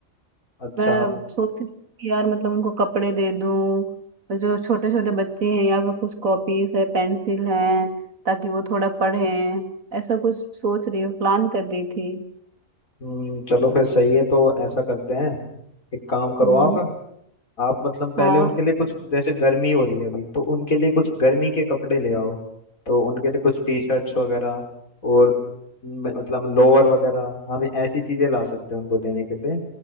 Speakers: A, on the left (about 85°); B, on the right (about 80°).
A: अच्छा
B: मैं
A: आप
B: सोचती थी कि यार मतलब उनको कपड़े दे दूं जो छोटे छोटे बच्चे हैं या फिर कुछ कॉपीज है पेंसिल हैं ताकि वो थोड़ा पढ़ें ऐसा कुछ सोच रही हूँ प्लान कर रही थी
A: हम्म, चलो फिर सही है तो ऐसा करते हैं एक काम करो
B: हम्म
A: आप आप मतलब पहले
B: हाँ
A: उनके लिए कुछ जैसे गर्मी हो रही है अभी तो उनके लिए कुछ गर्मी के कपड़े ले आओ तो उनके लिए कुछ टी शर्ट्स वगैरह और म- मतलब लोअर वगैरह हम ऐसी चीजें ला सकते हैं उनको देने के लिए